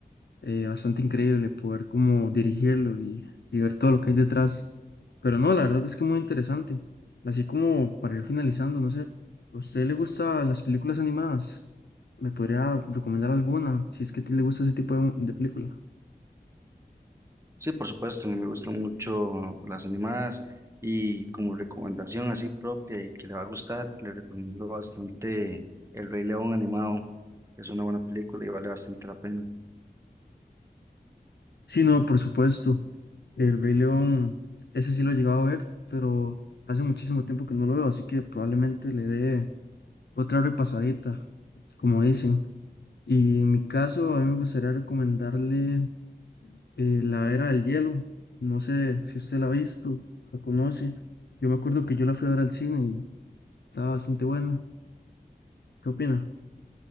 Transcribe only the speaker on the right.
Sí, por supuesto, me gustan mucho las animadas y como recomendación así propia y que le va a gustar, le recomiendo bastante El Rey León animado. Es una buena película y vale bastante la pena.